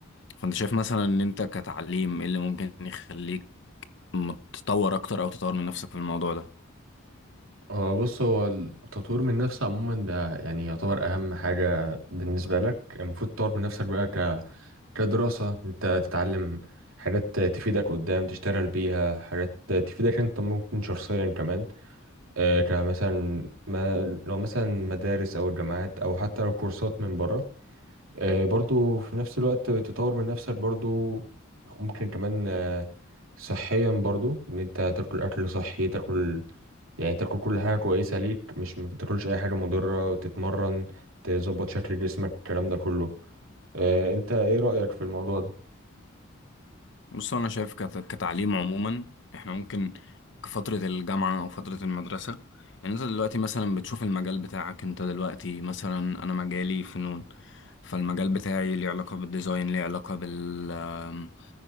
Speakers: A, on the left (about 60°); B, on the right (about 80°).
A: فانت شايف مثلا ان انت كتعليم ايه اللي ممكن يخليك متطور اكتر او تطور من نفسك في الموضوع ده
B: هو بص هو التطوير من نفسك عموما ده يعني يعتبر اهم حاجة بالنسبة لك المفروض تطور من نفسك بقى ك... كدراسة انت تتعلم حاجات تفيدك قدام تشتغل بيها حاجات تفيدك انت ممكن شخصيا كمان آه كمثلا ما لو مثلا مدارس او الجامعات او حتى لو كورسات من بره آه برضو في نفس الوقت تطور من نفسك برضو ممكن كمان صحيا برضو ان انت تاكل اكل صحي تاكل يعني تاكل كل حاجه كويسه ليك مش ما تاكلش اي حاجه مضره تتمرن تظبط شكل جسمك الكلام ده كله اه انت ايه رايك في الموضوع ده
A: بص انا شايف كت- كتعليم عموما احنا ممكن كفترة الجامعة او فترة المدرسة يعني انت دلوقتي مثلا بتشوف المجال بتاعك انت دلوقتي مثلا انا مجالي فنون فالمجال بتاعي ليه علاقة بالديزاين ليه علاقة بال آم،